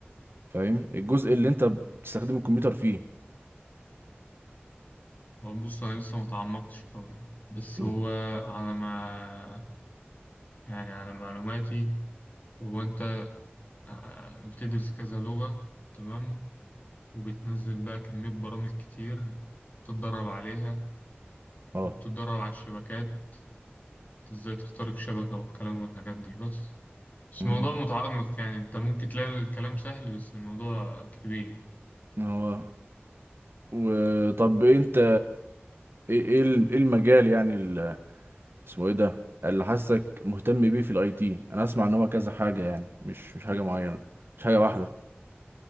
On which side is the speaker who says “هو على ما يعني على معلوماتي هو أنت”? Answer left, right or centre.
Left